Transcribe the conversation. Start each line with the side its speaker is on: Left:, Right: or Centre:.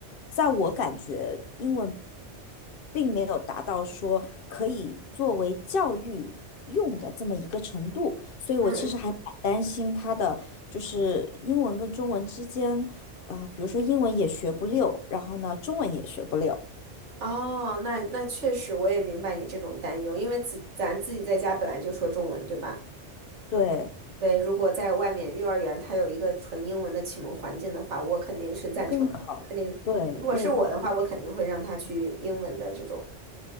Left: 在我感觉英文并没有达到说可以作为教育用的这么一个程度，所以我其实还蛮担心他的就是英文跟中文之间，
Right: 嗯嗯，
Left: 呃，比如说英文也学不溜，然后呢中文也学不溜，
Right: 哦，那那确实我也明白你这种担忧，因为自咱自己在家本来就说中文，对吧？
Left: 对，
Right: 对，如果在外面幼儿园它有一个纯英文的启蒙环境的话，我肯定是赞成的，
Left: 会更好，
Right: 我肯定，
Left: 对，
Right: 如果是我的话，
Left: 我也会。
Right: 我肯定会让他去英文的这种，